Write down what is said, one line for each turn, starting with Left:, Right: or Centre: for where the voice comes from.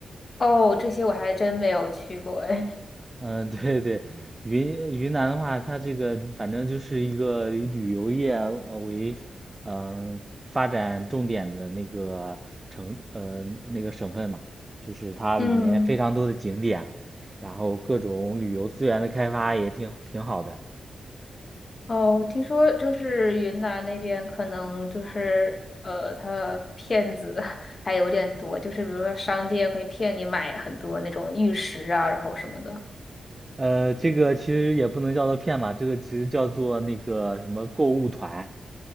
Left: 哦，这些我还真没有去过哎。
Right: 嗯，对对，云云南的话，它这个反正就是一个以旅游业呃为嗯、呃发展重点的那个城呃那个省份嘛，就是它里面非常多的景点，
Left: <laughs> 嗯，
Right: 然后各种旅游资源的开发也挺挺好的。
Left: 哦，听说就是云南那边可能就是呃，他骗子 <laughs> 还有点多，就是比如说商店会骗你买很多那种玉石啊，然后什么的。
Right: 呃，这个其实也不能叫做骗嘛，这个其实叫做那个什么购物团，